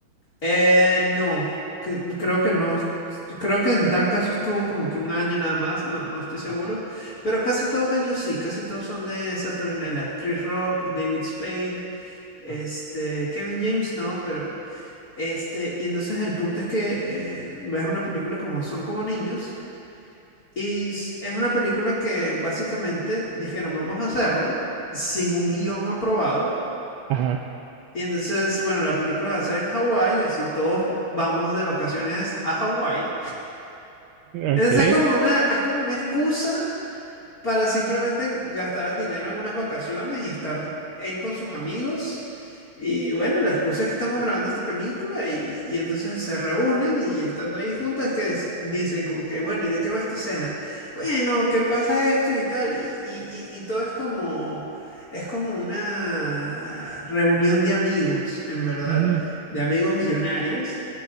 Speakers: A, on the left; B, on the right.
A: Eh, no, que- creo que no. Creo que en tal caso estuvo como que un año nada más, no, no estoy seguro.
B: Ajá,
A: Pero casi todos ellos sí, casi todos son de Saturday Night Live. Chris Rock, David Spade, este,
B: ajá,
A: Kevin James, no, pero este, y entonces el punto es que eh, ves una película como son como niños. Y es es una película que básicamente dijeron, vamos a hacerla sin un guión aprobado
B: ajá.
A: y entonces, bueno, la película va a ser en Hawái, así todos vamos de vacaciones a Hawái. Entonces
B: Ok.
A: es como una, es como una excusa para simplemente gastar el dinero en unas vacaciones y estar él con sus amigos. Y bueno, la excusa es que estamos grabando esta película y, y entonces se reúnen y estando ahí juntos es que dis- dicen como que, bueno, ¿y de qué va esta escena? Bueno, ¿qué pasa esto y tal? Y, y- y- y todo es como, es como una reunión de amigos, en verdad,
B: ujú,
A: de amigos millonarios.